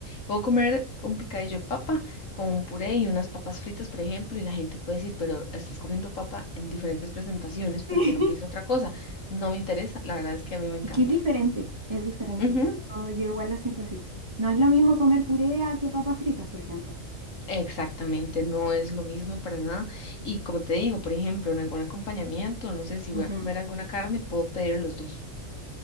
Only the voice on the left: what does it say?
Puedo comer un picadillo de papa con un puré y unas papas fritas, por ejemplo, y la gente puede decir, pero estás comiendo papa en diferentes presentaciones, ¿por
qué no pides otra cosa? No me interesa, la verdad es que a mí me encanta.
Ujú,
Exactamente, no es lo mismo para nada. Y como te digo, por ejemplo, en algún acompañamiento, no sé si
voy a comer alguna carne, puedo pedir los dos,